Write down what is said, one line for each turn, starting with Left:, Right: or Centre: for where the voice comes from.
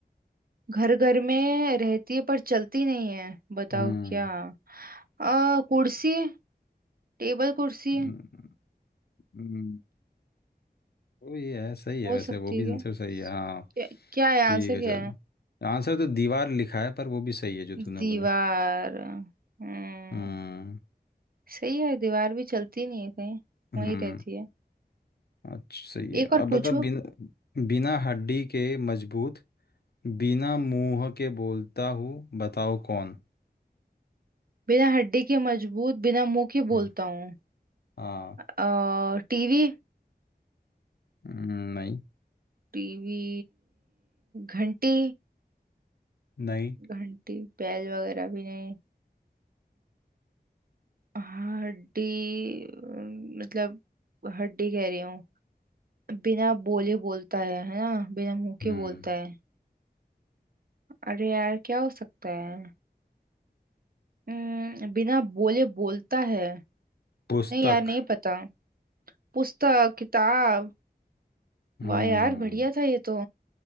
Right: घर घर में रहती है पर चलती नहीं है बताओ
Left: हम्म
Right: क्या आ, कुर्सी टेबल कुर्सी
Left: हम्म, हम्म। वो ये है सही है
Right: हो
Left: वैसे
Right: सकती
Left: वो भी
Right: है
Left: आंसर सही है हाँ
Right: क्या क्या क्या है आंसर
Left: ठीक है
Right: क्या
Left: चल
Right: है
Left: आंसर तो दीवार लिखा है पर वो भी सही है जो
Right: दीवार
Left: तूने बोला
Right: हम्म
Left: हम्म
Right: सही है दीवार भी चलती नहीं है कहीं
Left: हम्म
Right: वहीं रहती है
Left: अच्छा सही है
Right: एक और
Left: अब
Right: पूछो
Left: बता बिन, बिना हड्डी के मजबूत बिना मुंह के बोलता हूँ बताओ कौन
Right: बिना हड्डी के मजबूत बिना मुंह के
Left: हम्म,
Right: बोलता हूँ
Left: हाँ
Right: अ टीवी
Left: हम्म, नहीं
Right: टीवी घंटी
Left: नहीं
Right: घंटी बैल वगैरह भी नहीं हाँ, हड्डी अम, मतलब हड्डी कह रही हूँ बिना बोले बोलता है है ना बिना मुंह के
Left: हम्म
Right: बोलता है अरे यार क्या हो सकता है अम, बिना बोले बोलता है
Left: पुस्तक
Right: नहीं यार नहीं पता पुस्तक किताब
Left: हम्म
Right: वाह यार बढ़िया था ये तो